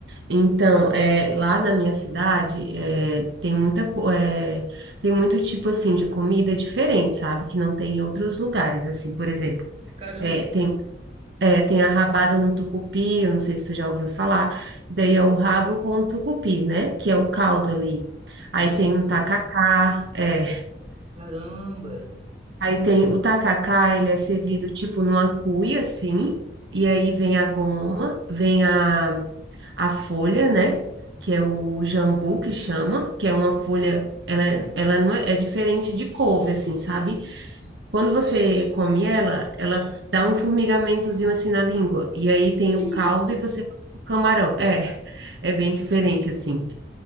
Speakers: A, on the right; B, on the right.
A: Então, é, lá na minha cidade, é, tem muita, co- é, tem muito tipo assim de comida diferente, sabe? Que não tem em outros lugares, assim, por exemplo.
B: Caramba.
A: É, tem, é, tem a rabada no tucupi, eu não sei se tu já ouviu falar. Daí é o rabo com o tucupi, né? Que é o caldo ali. Aí
B: Sim,
A: tem
B: sim.
A: o tacacá, é,
B: Caramba.
A: Aí tem o tacacá, ele é servido tipo numa cuia, assim, e aí vem a goma, vem a, a folha, né? Que é o jambu que chama, que é uma folha, ela, é- ela não é, é diferente de couve, assim, sabe? Quando você come ela, ela dá um formigamentozinho assim na língua, e aí tem
B: Que
A: o caldo
B: isso?
A: e você coloca o camarão. É, é bem diferente, assim.